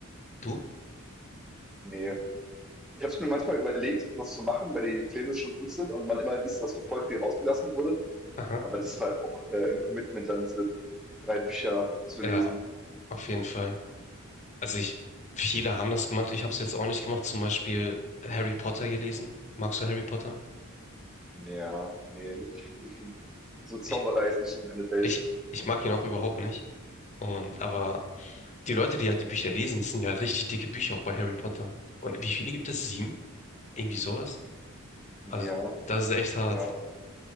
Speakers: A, on the left; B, in the centre.
A: Du?
B: Nee. Ich habe es mir manchmal überlegt, das zu machen, weil die Filme schon gut sind und man immer liest, dass so voll viel rausgelassen wurde.
A: Aha.
B: Aber das ist halt auch äh, ein Commitment, dann diese drei Bücher zu
A: Ja,
B: lesen.
A: auf jeden Fall. Also ich, viele haben das gemacht, ich habe es jetzt auch nicht gemacht, zum Beispiel Harry Potter gelesen. Magst du Harry Potter?
B: Ja, nee, ich, ich find, so Zauberei
A: Ich,
B: ist nicht so meine Welt.
A: ich, ich mag ihn auch überhaupt nicht. Und aber die Leute, die halt die Bücher lesen, das sind ja richtig dicke Bücher auch bei Harry Potter. Und wie viele gibt es? Sieben? Irgendwie sowas? Also
B: Ja,
A: das ist echt hart.
B: ja.